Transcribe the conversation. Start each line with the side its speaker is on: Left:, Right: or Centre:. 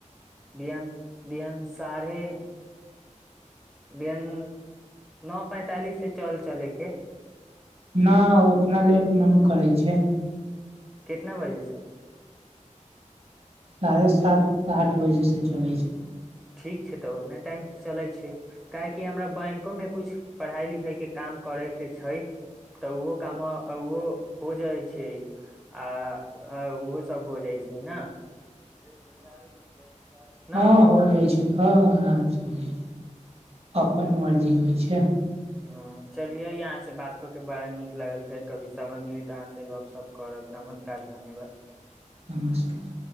Centre: बिं बिहंसारे बेंन नओ पैंतालिस से चल चल के
Right: न उतना लेट न न करै छै
Centre: कितना बजे से
Right: साढ़े सात आठ बजेसँ चलै छै
Centre: ठीक छै तऽ ओतने टाइमसँ चलैत छै काहेकि हमरा बैंको में कुछ पढ़ाई लिखाई के काम करे के छै तऽ ओहो काम ओहो हो जाइ छै आ ओहो सभ हो जाइ छै ने <unintelligible> ने
Right: हँ हो जाइ छै हँ आरामसँ हो जाइ छै अपन मर्जी होइ छै
Centre: ह चलिये अहाँ से बात कऽ के बड़ा नीक लागल फेर कभी समय मिली तऽ अहाँ से गप सप करब नमस्कार धन्यवाद
Right: नमस्कार